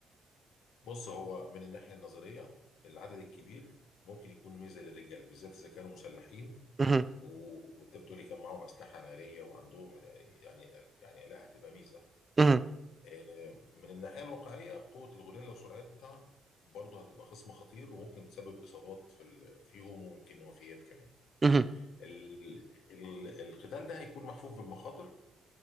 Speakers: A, on the left (about 80°); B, on the right (about 25°).
A: بص هو من الناحية النظرية العدد الكبير ممكن يكون ميزة للرجال بالذات إذا كانوا مسلحين
B: مهم.
A: و- وانت بتقولي كان معاهم أسلحة نارية وعندهم يعني يعني يعني لا هتبقى ميزة
B: مهم.
A: آه، من الناحية الواقعية قوة الغوريلا وسرعتها برضه هتبقى خصم خطير وممكن تسبب إصابات في ال- فيهم وممكن وفيات كمان
B: مهم.
A: ال- ال- القتال ده هيكون محفوف بالمخاطر